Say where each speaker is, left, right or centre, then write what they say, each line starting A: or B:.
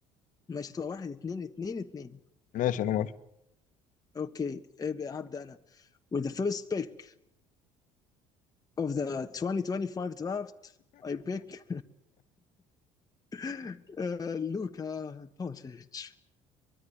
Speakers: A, on the left; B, on the left.
A: ماشي هتبقى واحد اثنين اثنين اثنين
B: ماشي انا موافق
A: اوكي ابقى هبدا انا with the first pick of the 2025 draft I pick <laughs> uh, Luka Doncic